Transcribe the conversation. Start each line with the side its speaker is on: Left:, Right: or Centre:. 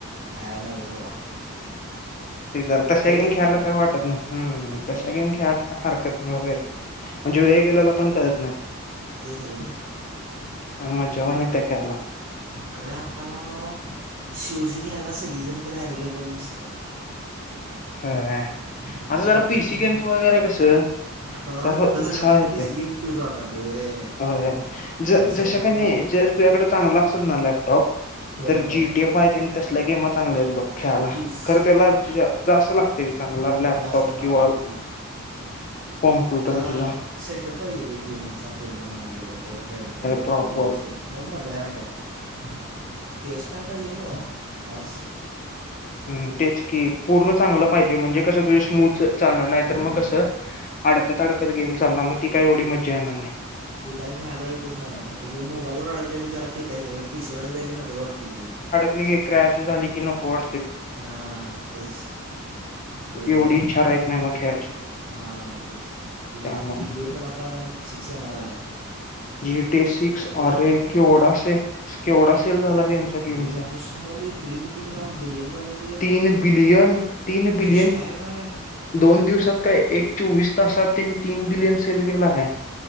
Right: काय नवच बॉ.
Left: ते जर तशा गेम
Right: होती
Left: खेळायला
Right: पण
Left: काय वाटत नाही, हं
Right: हाय
Left: तशा
Right: नाही
Left: गेम खेळायला. हारकत नाही वोवे म्हणजे वेळ गेलेला पण कळत नाही.
Right: तेच रे.
Left: आणि मज्जा पण येत्या खेळायला
Right: खरे आता व शिओजी घ्यायला सगळीजण तरी अव्हलेबल नसत्यात.
Left: खरं हाय,
Right: आणि
Left: आता जरा
Right: पबजी
Left: पीसी
Right: खेळायला
Left: गेम्स वगैरे कसं?
Right: आता जरा
Left: त अस
Right: मोठं झाल्यामुळं
Left: उत्साह येतय,
Right: पी सी गेम खेळूच वाटायलय व्हय.
Left: अ ज-जशा
Right: आणि सगळ्यांकडे
Left: कनी जर. तूज्याकड चांगल असल ना लॅपटॉप,
Right: होय
Left: तर
Right: होय
Left: जीटीएफ आहेत तेन तसल्या गेमा चांगल्या आहेत बघ. खेळाला
Right: तेच
Left: खरं त्याला ज-जास्त एक चांगला लॅपटॉप
Right: जास्त चांगला
Left: किंवा
Right: पिऊ
Left: कॉम्प्युटर
Right: त्याला
Left: तुझा.
Right: सेटअप पाहिजे रे गेमिंगचा पूर्ण म्हणाया गेले तर, हेडफोन बीडफोन
Left: प्रॉपर
Right: व्यवस्थित. म-मजा येणार खेळाया पी एस फाय पाहिजे बॉ बास.
Left: हूं तेच की पूर्ण चांगलं पाहिजे म्हणजे कसं तुझे स्मूथच. चालणार नाही
Right: हम्म.
Left: तर मग कसं अडकत, अडकत गेम चालणार, मग ती काय एवढी मज्जा येणार नाही.
Right: ते काय खेळाला येतच नाही, एक वेळ मोबाईल वर अडकलेली जरा खेत आहे ती पिशी वर अडकलेले नकोज वाटती ती.
Left: मंजे क्रॅश झाली की नको वाट
Right: हा तेच. व्हय
Left: एवढी इच्छा राहत नाही मग खेळाची
Right: हा तेंच
Left: त्यामुळे
Right: हे जी टी एफ पण आता सिक्स येणार आहे.
Left: जीटी ए सिक्स
Right: कधी
Left: आरे
Right: येणार आहे
Left: केवढा से केवढा सेल झालाय त्यांच्या गेमचा.
Right: अरे तेच सांगाले प्री बुकिंगला बिलीयन मरेल.
Left: तीन बिलियन, तीन बिलियन.
Right: चेष्टा आहे काय
Left: दोन दिवसात काय, एक चोवीस तासात त्यांनी तीन बिलियन सेल केलाय,